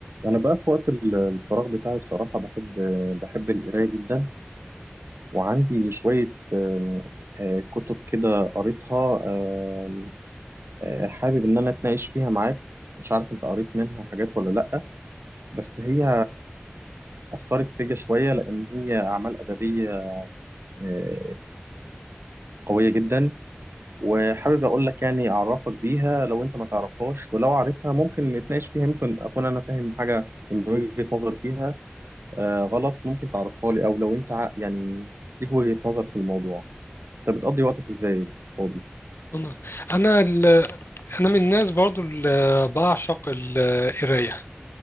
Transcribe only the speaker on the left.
انا انا ال... انا من الناس برضو اللي بعشق القرايه